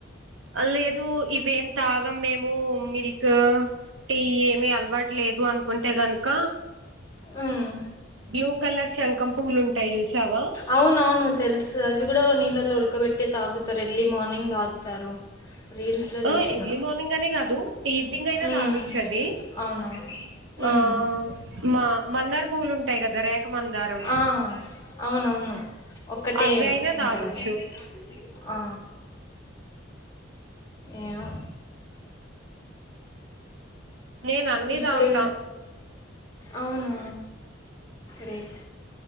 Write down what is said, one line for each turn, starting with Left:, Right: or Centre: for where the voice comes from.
Right: లేదు ఇవేం తాగం మేము మిల్క్ టీ ఏమి అలవాటులేదు అనుకుంటే గనుక
Left: ఉమ్.
Right: బ్లూ కలర్ శంఖం పువ్వులు ఉంటాయి చూసావా
Left: అవునవును తెల్సు అవి కూడా నీళ్లలో ఉడ్కబెట్ట తాగుతారు ఎర్లీ మార్నింగ్ తాగుతారు రీల్స్లో చూసిన
Right: ఆ ఎర్లీ మార్నింగ్ అని కాదు ఈవినింగ్ అయినా
Left: ఉమ్,
Right: తాగొచ్చు అది
Left: అవునా
Right: ఆ
Left: ఉమ్,
Right: మా మందార పూలు ఉంటాయి కదా రేఖ మందారం
Left: ఆ, అవునవును ఒక్కటే
Right: అవి అయినా
Left: ఉంటది
Right: తాగొచ్చు
Left: అది ఆ ఏమో
Right: నేను అన్ని
Left: ఇప్పుడు
Right: తాగుతా
Left: అవునా రేట్